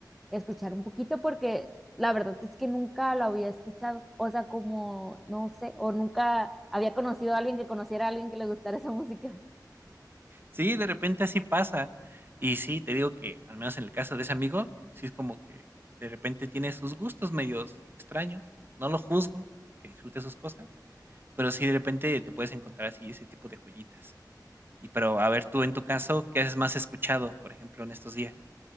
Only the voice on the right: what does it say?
Sí, de repente así pasa. Y sí, te digo que, al menos en el caso de ese amigo, sí es como que de repente tiene sus gustos medios extraños. No lo juzgo, que disfrute sus cosas, pero sí de repente te puedes encontrar así ese tipo de joyitas. Y pero a ver, tú en tu caso, ¿qué haces más escuchado, por ejemplo, en estos días?